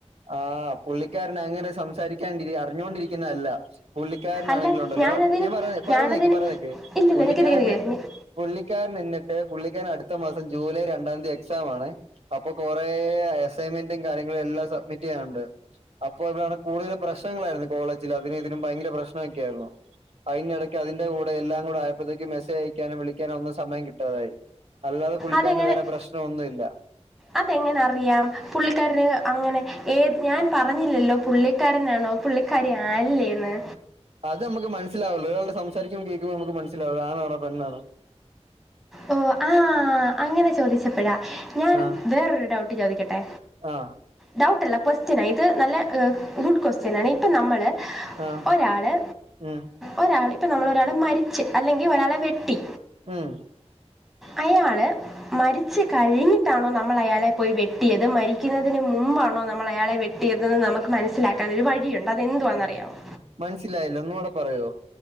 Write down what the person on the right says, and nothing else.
ആ പുള്ളിക്കാരന് അങ്ങനെ സംസാരിക്കാണ്ടിരി അറിഞ്ഞോണ്ടിരിക്കുന്നതല്ല പുള്ളിക്കാരനാണെങ്കിലും
ഉണ്ടല്ലോ
<unintelligible> പറണേക്ക്
പറണേക്ക്
പുള്ളിക്കാരന്
പുള്ളിക്കാരൻ നിന്നിട്ട് പുള്ളിക്കാരൻ അടുത്ത മാസം ജൂലൈ രണ്ടാം തീയതി എക്സാം ആണ് അപ്പൊ കൊറേ അസൈൻമെന്റും കാര്യങ്ങളും എല്ലാം സബ്മിറ്റ് ചെയ്യാനുണ്ട് അപ്പൊ താണ് കൂടുതൽ പ്രശ്നങ്ങളായിരുന്നു കോളേജില് അതിനും ഇതിനും ഭയങ്കര പ്രശ്നമൊക്കെ ആയിരുന്നു അയ്നെടക്ക് അതിന്റെ കൂടെ എല്ലാം കൂടെ ആയപ്പോയത്തേക്കും മെസ്സേജ് അയക്കാനും വിളിക്കാനും ഒന്നും സമയം കിട്ടാതായി. അല്ലാതെ പുള്ളിക്കാരന്
വേറെ പ്രശ്ന ഒന്നും ഇല്ല
അത് നമ്മക്ക് മനസ്സിലാവല്ലോ ഒരാള്ടെ സംസാരിക്കുമ്പോ കേൾക്കുമ്പോ നമ്മക്ക് മനസ്സിലാവല്ലോ ആണാണോ പെണ്ണാണോ
ആ
ആ
ആ
ഉം
ഉം
മനസ്സിലായില്ല ഒന്നും കൂടെ പറയോ